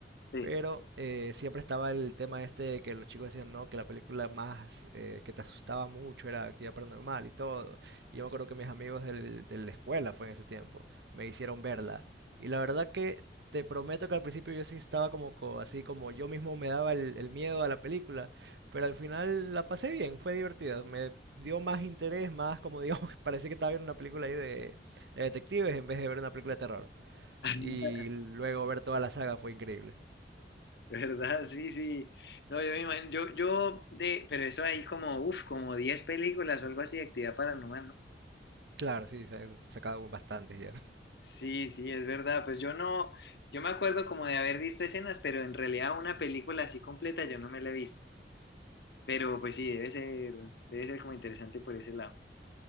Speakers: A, on the left; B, on the right.
A: sí,
B: Pero eh, siempre estaba el tema este de que los chicos decían, no, que la película más eh, que te asustaba mucho era Actividad Paranormal y todo. Y yo me acuerdo que mis amigos del- de la escuela, fue en ese tiempo, me hicieron verla. Y la verdad que te prometo que al principio yo sí estaba como co- así, como yo mismo me daba el, el miedo a la película. Pero al final la pasé bien, fue divertida. Me dio más interés, más como digo, <laughs> parecía que estaba viendo una película ahí de de detectives en vez de ver una película de terror.
A: <laughs>
B: Y luego ver toda la saga fue increíble.
A: ¿verdad? Sí, sí. No, yo me imagino, yo, yo de, pero eso hay como, uff, como 10 películas o algo así de actividad paranormal, ¿no?
B: Claro, sí, se han sacado bastantes ya.
A: Sí, sí, es verdad. Pues yo no, yo me acuerdo como de haber visto escenas, pero en realidad una película así completa yo no me la he visto. Pero pues sí, debe ser, debe ser como interesante por ese lado.